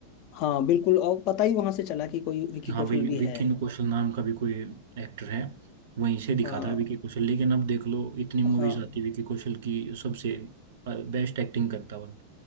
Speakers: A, on the left (about 40°); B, on the right (about 55°).
A: हाँ बिल्कुल और पता ही वहां से चला कि कोई विकी
B: कि हाँ
A: कौशल
B: भाई
A: भी
B: विक्की
A: है
B: कौशल नाम का भी कोई एक्टर है वहीं से दिखा
A: हाँ
B: था विक्की कौशल लेकिन अब देख लो इतनी मूवीज
A: हाँ
B: आती है विक्की कौशल की सबसे बेस्ट एक्टिंग करता है। और